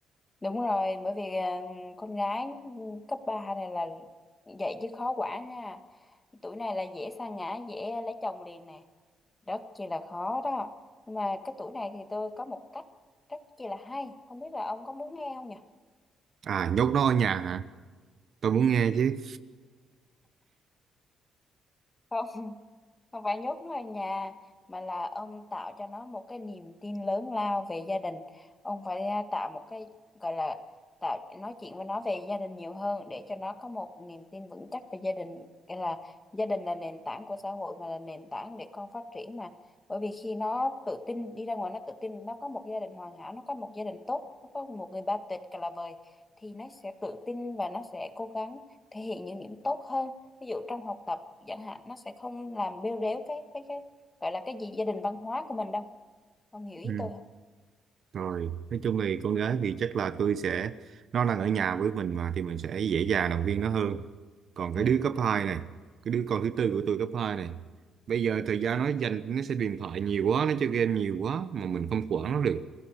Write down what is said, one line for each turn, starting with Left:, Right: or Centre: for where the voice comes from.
Left: Đúng rồi, bởi vì à, con gái ừ, cấp 3 này là vậy chứ khó quản nha. Tuổi này là dễ sa ngã, dễ lấy chồng liền nè. Rất chi là khó đó. Nhưng mà cái tuổi này thì tôi có một cách rất chi là hay. Không biết là ông có muốn nghe không nhỉ?
Right: à nhốt nó ở nhà hả tôi muốn nghe chứ
Left: không không phải nhốt nó ở nhà mà là ông tạo cho nó một cái niềm tin lớn lao về gia đình ông phải à, tạo một cái gọi là tạo nói chuyện với nó về gia đình nhiều hơn để cho nó có một niềm tin vững chắc về gia đình Nghĩa là gia đình là nền tảng của xã hội mà là nền tảng để con phát triển mà bởi vì khi nó tự tin đi ra ngoài nó tự tin nó có một gia đình hoàn hảo nó có một gia đình tốt nó có một người ba tịch cả là vời thì nó sẽ tự tin và nó sẽ cố gắng thể hiện những điểm tốt hơn ví dụ trong học tập chẳng hạn nó sẽ không làm bêu rếu cái cái cái gọi là cái gì gia đình văn hóa của mình đâu không hiểu ý
Right: ừ.
Left: tôi không
Right: Rồi, nói chung thì con gái thì chắc là tôi sẽ nó đang ở nhà với mình mà thì mình sẽ dễ dàng động viên nó hơn. Còn cái
Left: ừ
Right: đứa cấp 2 này, cái đứa con thứ tư của tôi cấp 2 này. Bây giờ thời gian nó dành nó sẽ điện thoại nhiều quá, nó chơi game nhiều quá mà mình không quản nó được.